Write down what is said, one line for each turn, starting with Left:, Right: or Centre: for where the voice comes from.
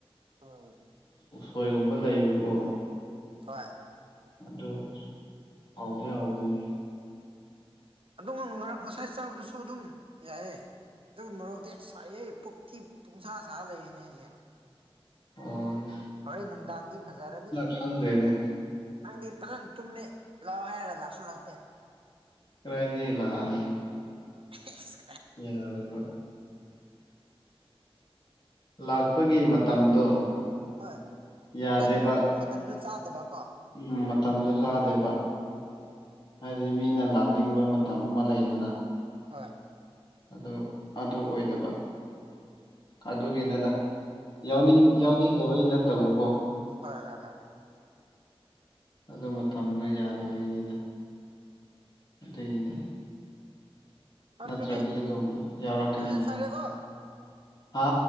Right: ꯎꯝ
Left: ꯎꯁꯣꯏꯒꯨꯝꯕ ꯂꯩꯌꯦꯕꯀꯣ
Right: ꯍꯣꯏ
Left: ꯑꯗꯨꯗꯣ ꯑꯒꯦ ꯑꯎꯅꯦ
Right: ꯑꯗꯣ ꯉꯛ ꯉꯁꯥꯏ ꯆꯥꯕꯗꯨꯁꯨ ꯑꯗꯨꯝ ꯌꯥꯏꯌꯦꯦ ꯑꯗꯨꯒꯤ ꯃꯔꯣꯛꯇꯤ ꯑꯁ ꯄꯨꯊꯤ ꯄꯨꯡꯁꯥ ꯁꯥ ꯂꯩꯔꯤꯅꯦ ꯑꯩꯁꯦ
Left: ꯑ
Right: ꯍꯣꯔꯦꯟ ꯅꯨꯡꯗꯥꯡꯗꯤ ꯐꯖꯔꯅꯤ ꯅꯨꯡꯗꯥꯪꯗꯤ
Left: ꯈꯪꯗ꯭ꯔꯦꯅꯦ
Right: ꯐꯖꯅ ꯆꯨꯝꯃꯦ ꯂꯥꯛꯑꯣ ꯍꯥꯏ ꯌꯥꯔ ꯂꯁꯅꯇꯦ
Left: ꯀꯥꯏꯗ ꯂ ꯑ
Right: <unintelligible>
Left: ꯌꯥꯔꯕ
Right: ꯎ
Left: ꯂꯥꯛꯄꯒꯤ ꯃꯇꯝꯗꯣ
Right: ꯍꯣꯏ
Left: ꯌꯥꯗꯦꯕ
Right: ꯇꯥꯏꯃꯤꯡ ꯃꯇꯝꯗꯨ ꯆꯥꯗꯕꯀꯣ
Left: ꯎꯝ ꯃꯇꯝꯗ ꯆꯥꯗꯦꯕ ꯍꯥꯏꯗꯤ ꯃꯤꯅ ꯂꯥꯛꯅꯤꯡꯕ ꯃꯇꯝ ꯑꯃ ꯂꯩꯗꯅ
Right: ꯍꯣꯏ
Left: ꯑꯗꯨ ꯑꯗꯨ ꯑꯣꯏꯗꯕ ꯑꯗꯨꯒꯤꯅꯗ ꯌꯥꯎꯅꯤꯡ ꯌꯥꯎꯅꯤꯡꯗꯕꯩ ꯅꯠꯇꯕꯀꯣ
Right: ꯍ ꯍ
Left: ꯑꯗꯨ ꯃꯇꯝꯗ ꯌꯥꯗꯕꯒꯤꯅꯤꯅ ꯑꯗꯨꯒꯤꯅꯤ
Right: ꯍꯣꯏ
Left: ꯅꯠꯇ꯭ꯔꯗꯤ
Right: ꯑꯗꯨꯗꯤ
Left: ꯑꯗꯨꯝ ꯌꯥꯎꯔꯛꯀꯅꯤꯗ
Right: ꯑꯗꯨꯗꯤ ꯐꯔꯦꯀꯣ
Left: ꯍꯥ